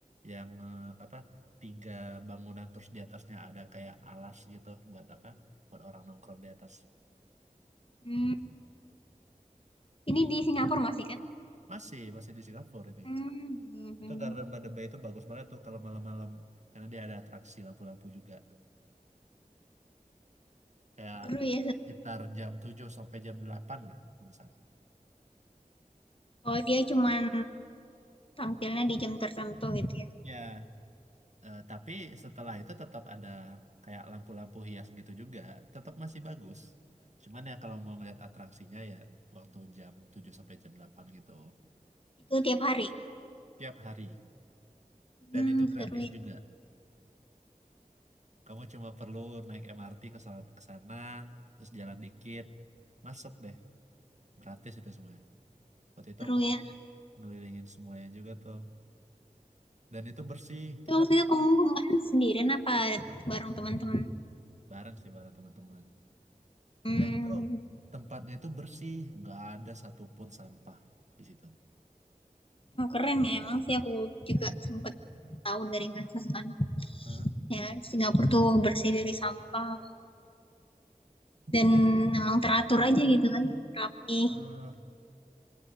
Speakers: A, on the right (about 55°); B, on the left (about 40°).
A: yang eh, apa? Tiga bangunan terus di atasnya ada kayak alas gitu buat apa? Buat orang nongkrong di atas.
B: Hmm. Ini di Singapura masih kan?
A: Masih, masih di Singapura ini.
B: Hmm. Hmm.
A: Itu Garden by the Bay itu bagus banget tuh kalau malam-malam. Karena dia ada atraksi lampu-lampu juga. Kayak
B: Seru ya.
A: sekitar jam 7 sampai jam 8 lah. kalau nggak salah.
B: Oh, dia cuman tampilnya di jam tertentu gitu ya.
A: Ya, eh, tapi setelah itu tetap ada kayak lampu-lampu hias gitu juga. Tetap masih bagus. Cuman ya kalau mau ngeliat atraksinya ya waktu jam 7 sampai jam 8 gitu.
B: Itu tiap hari.
A: Tiap hari.
B: Hmm,
A: Dan itu gratis
B: seru ya.
A: juga. Kamu cuma perlu naik MRT ke sana, ke sana, terus jalan dikit, masuk deh. Gratis itu semua. Waktu itu
B: Seru
A: aku
B: ya.
A: ngelilingin semuanya juga tuh. Dan itu bersih
B: Itu
A: tempatnya.
B: maksudnya kamu kemarin sendirian apa bareng teman-teman?
A: Bareng sih bareng teman-teman.
B: Hmm.
A: Dan itu tempatnya itu bersih. Nggak ada satupun sampah di situ.
B: Oh, keren ya emang sih aku juga sempat tahu dari medsos kan
A: Hah?
B: ya Singapura tuh bersih dari sampah dan
A: Iya.
B: emang teratur aja gitu kan rapi
A: Eh,